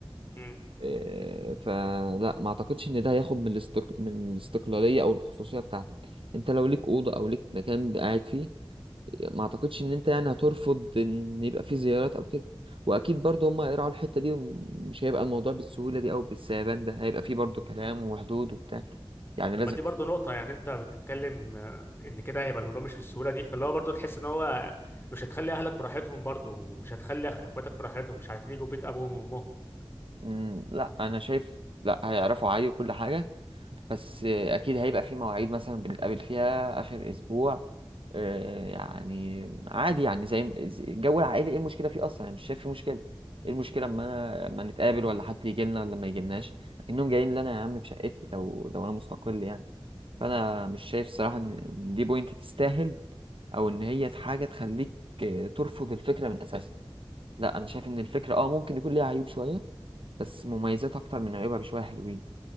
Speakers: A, on the left; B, on the right.
A: مم.
B: إيه، فلا ما اعتقدش ان ده هياخد من الاستق... من الاستقلاليه او الخصوصيه بتاعتك انت لو ليك اوضه او ليك مكان قاعد فيه ما اعتقدش ان انت يعني هترفض ان يبقى فيه زيارات او كده واكيد برضه هم هيراعوا الحته دي ومش هيبقى الموضوع بالسهوله دي او بالسهبان ده هيبقى فيه برضه كلام وحدود وبتاع يعني
A: طب
B: لازم
A: ما دي برضه نقطة يعني أنت بتتكلم آه، إن كده هيبقى الموضوع مش بالسهولة دي فاللي هو برضه تحس إن هو مش هتخلي أهلك براحتهم برضه ومش هتخلي أخ- إخواتك براحتهم مش عارفين يجوا بيت أبوهم وأمهم
B: مم، لا انا شايف لا هيعرفوا عادي وكل حاجه بس آه، اكيد هيبقى في مواعيد مثلا بنتقابل فيها اخر اسبوع آه، يعني عادي يعني زي زي- الجو العائلي ايه المشكله فيه اصلا انا مش شايف فيه مشكله ايه المشكله اما انا اما نتقابل ولا حد يجي لنا ولا ما يجيلناش لكنهم جايين لنا يا عم في شقتي لو لو انا مستقل يعني فانا مش شايف الصراحه ان إن دي بوينت تستاهل او ان هي حاجه تخليك آه، ترفض الفكره من اساسها لا انا شايف ان الفكره اه ممكن يكون ليها عيوب شويه بس مميزات اكتر من عيوبها بشويه حلوين